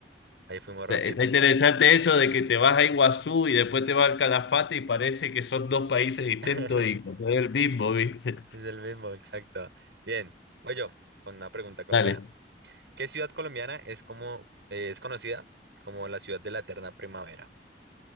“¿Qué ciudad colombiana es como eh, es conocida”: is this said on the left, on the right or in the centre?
Right